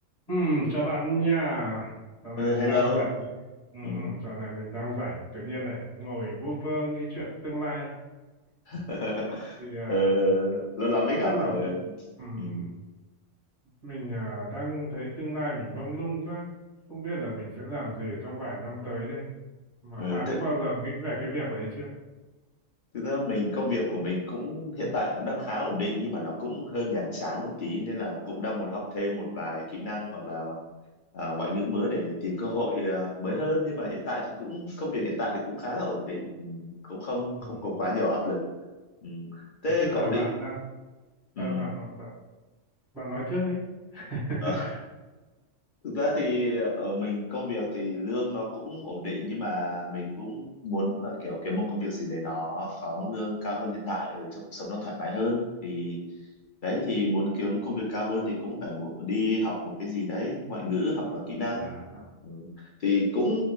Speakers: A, on the left; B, on the left.
A: Ừ, chào bạn nha. Dạo này
B: Ừ,
A: mình
B: hello.
A: đang rảnh. Ừ, ừ,
B: Ừ.
A: dạo này mình đang rảnh. Tự nhiên lại ngồi vu vơ nghĩ chuyện tương lai.
B: <laughs>
A: Thì à,
B: Ờ, lâu lắm mới
A: không
B: gặp.
A: biết là...
B: Ờ,
A: Ừ,
B: Ừ.
A: ừ. Mình à, đang thấy tương lai mình mông lung quá. Không biết là mình sẽ làm gì ở trong vài năm tới đây. Mà
B: Ờ,
A: bạn
B: thế,
A: có bao giờ nghĩ về cái việc đấy chưa?
B: thực ra mình công việc của mình cũng hiện tại cũng đang khá ổn định nhưng mà nó cũng hơi nhàm chán một tí nên là cũng đang muốn học thêm một vài kỹ năng hoặc là à, ngoại ngữ mới để tìm cơ hội à, mới hơn nhưng mà hiện tại thì cũng công việc hiện tại thì cũng khá là ổn định. Ừ. Cũng không
A: Ừ.
B: không có quá nhiều áp lực. Ừ. Thế
A: Thế tức
B: cậu
A: là bạn
B: định
A: đang...
B: ừ.
A: ờ, bạn, nói- bạn, bạn nói trước đi. <laughs>
B: ờ, Thực ra thì ở mình công việc thì lương nó cũng ổn định nhưng mà mình cũng muốn là kiểu kiếm một công việc gì đấy nó có mức lương cao hơn hiện tại ở trong cuộc sống nó thoải mái hơn thì đấy thì muốn kiếm công việc cao hơn thì cũng phải mu- đi học một cái gì đấy ngoại ngữ hoặc là kỹ năng
A: à, à,
B: ừ. thì cũng